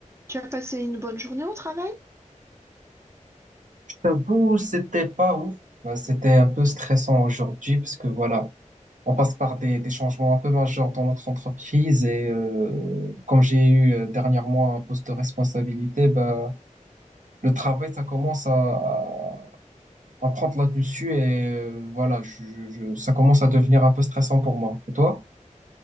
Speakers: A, on the right (about 20°); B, on the right (about 70°).
A: Tu as passé une bonne journée au travail?
B: J'avoue, c'était pas ouf. Bah, C'était un peu stressant aujourd'hui parce que voilà, on passe par des, des changements un peu majeurs dans notre entreprise et euh, comme j'ai eu euh, dernièrement un poste de responsabilité, bah, le travail, ça commence à, à prendre là-dessus et euh, voilà, je, je, je- ça commence à devenir un peu stressant pour moi. Et toi?